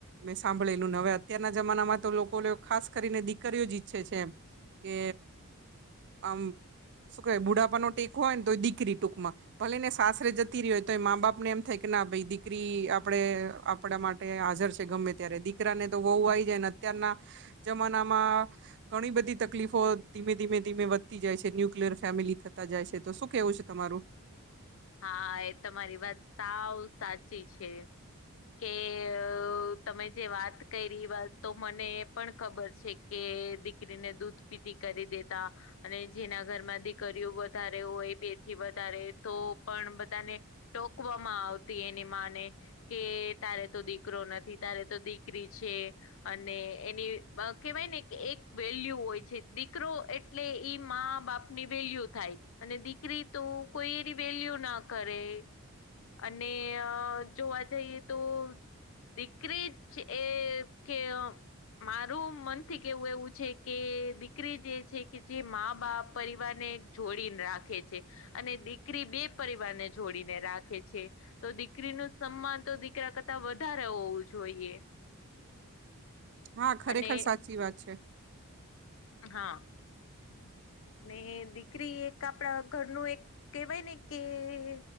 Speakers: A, on the right (about 50°); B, on the left (about 60°).
A: મેં સાંભળેલું ને હવે અત્યારના જમાનામાં તો લોકો લ્યો ખાસ કરીને દીકરીઓ જ ઈચ્છે છે એમ કે આમ શું કેવાય બુઢાપાનો ટેકો હોય ને તો એ દીકરી ટૂંકમાં. ભલે ને સાસરે જતી રહી હોય તો એ મા બાપ ને એમ થાય કે ના ભાઈ દીકરી આપડે આપડા મા ટે હાજર છે ગમે ત્યારે દીકરાને તો વઉવ આવી જાય ને અત્યારના જમાનામાં ઘણી બધી તકલીફો ધીમે ધીમે ધીમે વધતી જાય છે ન્યુક્લયર ફેમિલી થ તા જાય છે તો શું કેવું છે તમારું?
B: હા એ તમારી વાત સાવ સાચી છે. કે એ અ અ તમે જે વાત કરી વાત તો મને પણ ખબર છે કે દીકરીને દૂધ પીતી કરી દેતા અને જેના ઘરમાં દીકરીઓ વધારે હોય બે થી વધારે તો પણ બધાને ટોકવામાં આવતી એની માં ને કે તારે તો દીકરો નથી તારે તો દીકરી છે અને એની બ કેવાય ને કે એક વેલ્યુ હોય છે દીકરો એ ટલે ઈ મા બાપની વેલ્યુ થાય અને દીકરી તો કોઈ એની વેલ્યુ ના કરે અને અ જોવા જઈએ તો દીકરી જ એ કે ય મારું મનથી કેવું એવું છે કે દીકરી જે છે કે જે મા બાપ પરિવાર ને જોડીને રાખે છે અને દીકરી બે પરિવાર ને જોડીને રાખે છે. તો દીકરીનું સન્માન તો દીકરા કરતા વધારે હોવું જોઈએ.
A: હા, ખરેખર
B: અને
A: સાચી વાત છે.
B: હા અ ને દીકરી એક આપડા ઘરનું એક કહેવાય ને કે એ એ